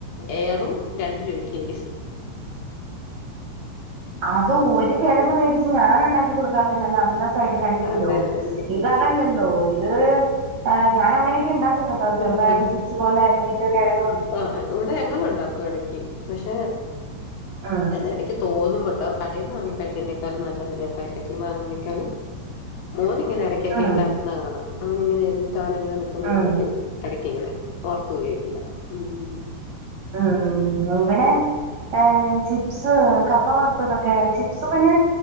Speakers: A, on the left; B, on the right.
A: എയറും രണ്ട് രൂപയ്ക്ക് ലേസും
B: അത് ഒരു കിഴങ്ങ് മേടിച്ച് ഞാൻ ഉണ്ടാക്കി കൊടുക്കാന്നേ നല്ല അന്തസ്സായിട്ട് രണ്ട് കിലോ
A: അതെ അതെ അതെ
B: ഇത അതല്ലല്ലോ ഇത് ഞാൻ അങ്ങനെയൊക്കെ ഇണ്ടാക്കും കേട്ടോ ചെറുതായിട്ട്
A: ആഹ് ആഹ്
B: ചിപ്സ്
A: ആഹ്
B: പോല അരഞ്ഞ് ട്ട് കെഴങ്ങും
A: ആ ഇവിടെ ഞങ്ങൾ ഇണ്ടാക്കും എടക്ക് പക്ഷെ
B: ആഹ്
A: ഇടക്ക് തോന്നു കേട്ടോ കടയിൽ നിന്ന് വാങ്ങി കഴിക്കുന്നതിനേക്കാൾ നല്ലതല്ലേ പാക്കറ്റിൽ വാങ്ങുന്നേക്കാൾ മോൻ ഇങ്ങനെ ഇടയ്ക്കൊക്കെ
B: ആഹ്
A: ഇണ്ടാക്കുന്നത് കാണാം അവൻ ഇങ്ങെനെ എറിഞ്ഞിട്ട് അവൻ ഇങ്ങനെ നിക്കുമ്പോഴത്തേക്കും
B: ആഹ്
A: ഇടക്ക് ഇങ്ങനെ ഓർത്തരിയൊക്കെ ഉണ്ടാക്കും ഉം
B: ആഹ് ആഹ് ഇവ്ടെ ഏഹ ചിപ്സ് കപ്പ വറുത്തതൊക്കെ ചിപ്സ് പിന്നെ